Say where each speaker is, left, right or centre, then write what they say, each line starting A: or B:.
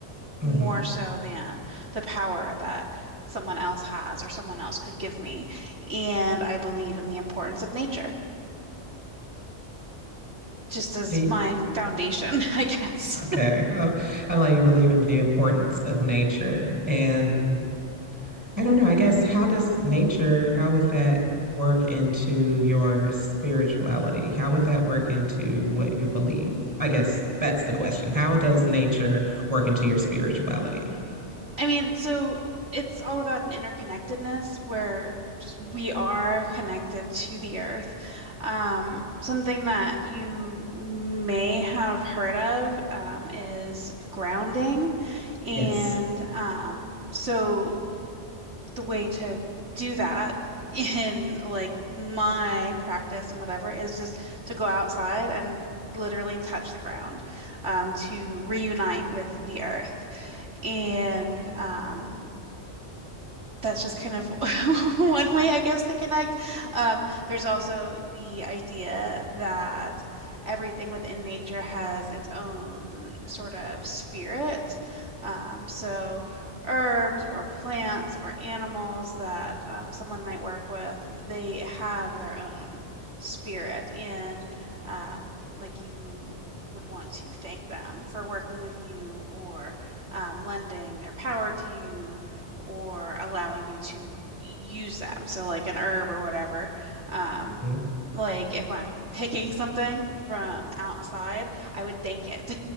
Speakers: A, on the right; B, on the right.
A: Mm-hmm.
B: more so than the power that someone else has or someone else could give me. And I believe in the importance of nature, just as
A: The,
B: my foundation, <laughs> I guess.
A: Okay. Uh, I'm like, you believe in the importance of nature and I don't know. I guess how does nature, how would that work into your spirituality? How would that work into what you believe? I guess that's the question. How does nature work into your spirituality?
B: I mean, so it's all about an interconnectedness where just we are connected to the earth. Um, something that you may have heard of um, is grounding. And
A: Yes.
B: um, so the way to do that <laughs> in like my practice and whatever is just to go outside and literally touch the ground um, to reunite with the earth. And um, that's just kind of <laughs> one way, I guess, to connect. Um, there's also the idea that everything within nature has its own sort of spirit. Um, so, herbs or plants or animals that um, someone might work with, they have their own spirit. And um, like you would want to thank them for working with you or um, lending their power to you or allowing you to use them. So like an herb or whatever. Um,
A: Mm-hmm.
B: like if I'm picking something from outside, I would thank it.